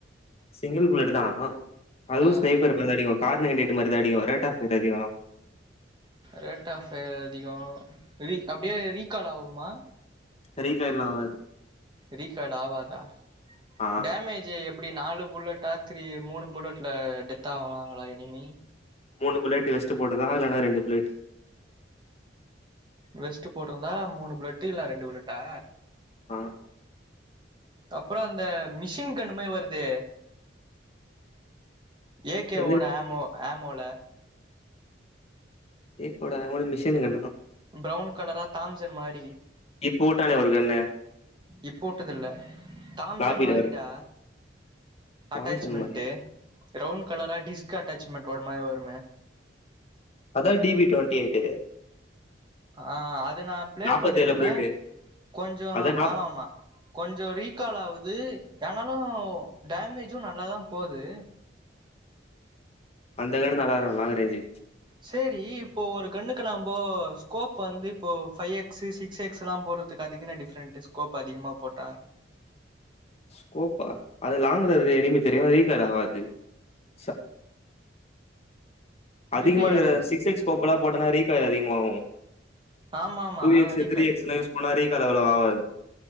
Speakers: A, on the left (about 35°); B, on the right (about 25°).
A: சிங்கிள் புல்லட்டு தா அதுவு
B: ஆ
A: ஸ்னைப்பர் <unintelligible> கார் நைன்ட்டி எட்டு மாரிதா அடிகு ரேட்டாஃபெர் அதிகோ
B: ரேட்டாஃபே அதிகொ ரி அப்டியே ரீகால் ஆவுமா
A: ரீகால்லா ஆவாது
B: ரீ கால் ஆவாத
A: ஆ
B: டேமேஜி எப் ப்புடி நாலு புல்லட்டா த்ரீ மூணு புல்லட்ல டெத்தாவாங்களா எனிமி
A: மூணு புல்லெட்டு வச்ட்டு போனதா இல்லனா ரெண்டு புல்லெட்
B: வெஸ்ட்டு போட்ருந்தா மூணு புலட்டு இல்லனா ரெண்டு புல்லட்டா
A: ஆ
B: அப்ற அந்த மிஷின் கன்னு மாரி வருதே ஏ கே
A: எந்த
B: ஓட ஆமோ ஆமோல
A: ஏக் ஓட ஆமனு மிஷின் கன்னா
B: ப்ரவுன் கலரா தாம்சன் மாரி
A: இப்ப வுட்டானே ஒரு கன்னு
B: இப்பவுட்டதுல்ல தாம்சன்
A: லாபில
B: மாரிடா
A: வரு
B: அட்டாச்சுமென்ட்டு
A: தாம்சன் மாரியா
B: ப்ரவுன் கலரா டிஸ் க் அட்டாச்மெண்ட் ஒரு மாரி வருமே
A: அதா டி பி ட்வெண்ட்டி எய்ட்டு்
B: ஆ அது நா ப்ளே
A: நாப்பத்தேழு
B: பண்ணிருக்குறே
A: புல்லட்டு
B: கொஞ்சொ
A: அதா நாப்
B: ஆமாமா கொஞ்சொ ரீகால் ஆவுது யானாலு டேமேஜு நல்லாதா போது
A: அந்த கன்னு நல்லாருகு லாங்குரேஜு
B: சேரி இப்போ ஒரு கன்னுக்கு நாம்போ ஸ்கோப் வந்து இப்போ ஃபை எக்ஸு சிக்ஸ் எக்ஸ்லா போறதுக்கு அதுகென்னா டிஃப்ரெண்ட்டு ஸ்கோப் அதிகமா போட்டா
A: ஸ்கோப்பா அது லாங்ல இருக்க எனிமி தெரியு ரீகால் ஆவாது ச அதிகமா
B: இல்லியே
A: எடுக்குர
B: எனக்கு
A: சிக்ஸ் எக்ஸ் போப்பலா போட்டனா ரீ கால் அதிகமா ஆவு
B: ஆமா ஆமா
A: டூ எக்ஸு
B: ரீகால்
A: த்ரீ எக்ஸுலா யூஸ் பண்ணா ரீ கால் அவ்ளொ ஆவாது